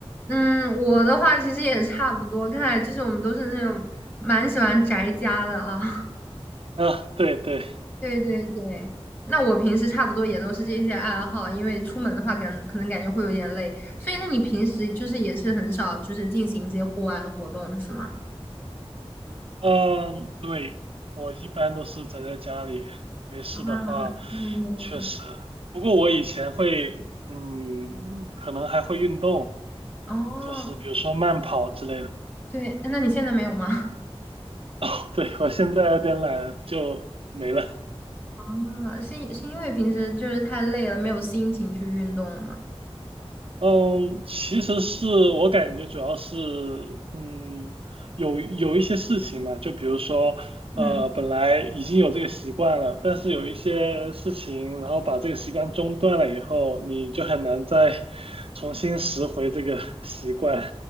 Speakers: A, on the left; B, on the right.
A: 嗯，我的话其实也差不多，看来就是我们都是那种蛮喜欢宅家的啊。<laughs>
B: <laughs> 啊，对对，
A: 对对对，那我平时差不多也都是这些爱好，因为出门的话感，可能可能感觉会有点累，所以那你平时就是也是很少就是进行一些户外的活动，是吗？
B: 嗯，对，我一般都是宅在家里，没事的话，
A: 啊，一般都是。
B: 确实。不过我以前会，嗯，可能还会运动，
A: 哦，
B: 就是比如说慢跑之类的。
A: 对，那你现在没有吗？<laughs>
B: <laughs> 哦，对，我现在有点懒，就没了。
A: 哦，是是因为平时就是太累了，没有心情去运动了吗？
B: 嗯，其实是我感觉主要是，嗯，有有一些事情嘛，就比如说，
A: 嗯。
B: 呃，本来已经有这个习惯了，但是有一些事情，然后把这个习惯中断了以后，你就很难再 <laughs> 重新拾回这个 <laughs> 习惯。